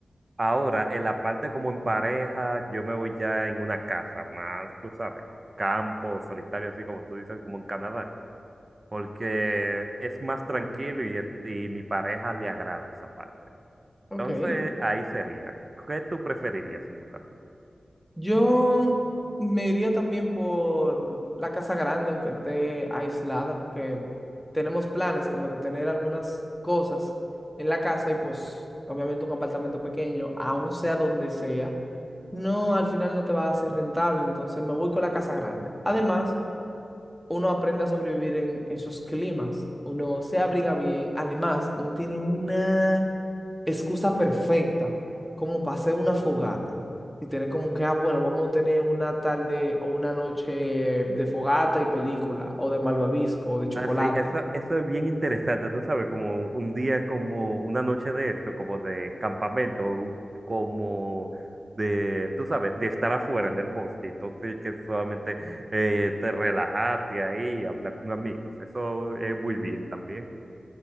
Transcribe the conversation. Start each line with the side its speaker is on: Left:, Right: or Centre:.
Right: Ahora, en la parte como en pareja, yo me voy ya en una casa más, tú sabes, campo, solitario, así como tú dices, como en Canadá, porque es más tranquilo y, es- y mi pareja le agrada esa parte.
Centre: Ok.
Right: Entonces, ahí sería. ¿Qué tú preferirías en tu caso?
Centre: Yo me iría también por la casa grande, aunque esté aislada, porque tenemos planes como de tener algunas cosas en la casa y pues obviamente un apartamento pequeño, aun sea donde sea, no, al final no te va a ser rentable, entonces me voy con la casa grande. Además, uno aprende a sobrevivir en esos climas, uno se abriga bien, además, uno tiene una excusa perfecta como para hacer una fogata y tener como que, ah, bueno, vamos a tener una tarde o una noche de fogata y película o de malvavisco o de chocolate.
Right: Ah, sí, eso, eso es bien interesante, tú sabes, como un día como una noche de esto, como de campamento, como de, tú sabes, de estar afuera en el bosque, entonces que solamente eh, te relajaste ahí y hablar con amigos, eso es muy bien también,